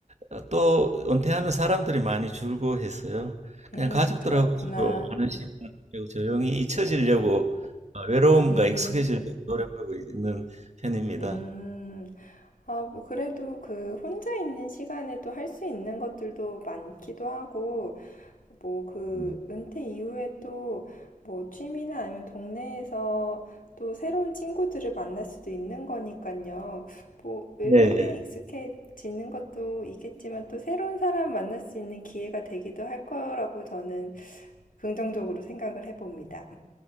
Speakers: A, on the right (about 55°); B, on the left (about 80°).
A: 어, 또 은퇴하면 사람들이 많이 줄고 해서요. 그냥
B: 음,
A: 가족들하고
B: 그렇구나.
A: 주로 하는 시간이고 조용히 잊혀지려고
B: 네.
A: 어, 외로움과
B: 음,
A: 익숙해지려고 노력하고 있는 편입니다.
B: 음. 아, 뭐, 그래도 그 혼자 있는 시간에 또 할 수 있는 것들도 많기도 하고, 뭐, 그
A: 음.
B: 은퇴 이후에 또 뭐, 취미나 아니면 동네에서 또 새로운 친구들을 만날 수도 있는 거니까요. 뭐, 외로움에
A: 네, 네.
B: 익숙해지는 것도 있겠지만 또 새로운 사람 만날 수 있는 기회가 되기도 할 거라고 저는 긍정적으로 생각을 해봅니다.